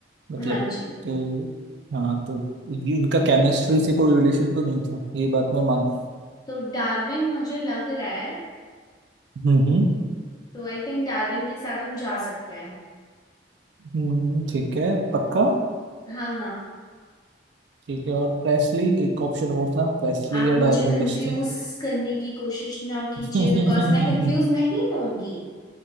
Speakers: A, on the right; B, on the left.
A: मतलब
B: हाँ जी
A: तो हाँ तो ये- इनका केमिस्ट्री से कोई रिलेशन तो नहीं था ये बात मैं मानता
B: तो डार्विन मुझे लग रहा है
A: हूँ हम्म हम्म।
B: तो आई थिंक डार्विन के साथ हम जा सकते हैं
A: हम्म, ठीक है पक्का
B: हाँ हाँ
A: ठीक है और प्रेस्ली एक ऑप्शन और था प्रेस्ली
B: आप
A: और
B: मुझे
A: डार्विन
B: कंफ्यूज
A: बचते
B: करने की कोशिश ना कीजिए
A: <laughs>
B: बिकॉज मैं कंफ्यूज नहीं होंगी